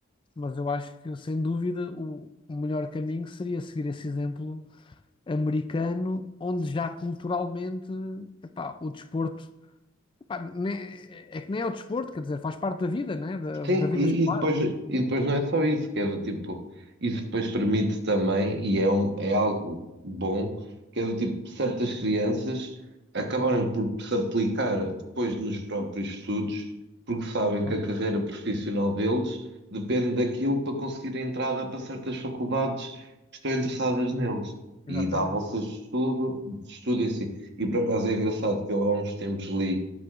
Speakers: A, on the left; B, on the right.
A: Mas eu acho que, sem dúvida, o o melhor caminho seria seguir esse exemplo americano, onde já culturalmente, epá, o desporto Pá, ne- é que nem é o desporto, quer dizer, faz parte da vida, né? Da,
B: Sim,
A: da vida
B: e,
A: escolar.
B: e depois, e depois não é só isso, que é do tipo, isso depois permite também, e é, um, é algo bom, que é do tipo, certas crianças acabarem por se aplicar depois nos próprios estudos, porque sabem
A: Claro.
B: que a carreira profissional deles depende daquilo para conseguir a entrada para certas faculdades que estão interessadas neles.
A: Exatamente.
B: E dá bolsas de estudo, de estudo e assim. E por acaso é engraçado que eu há uns tempos li,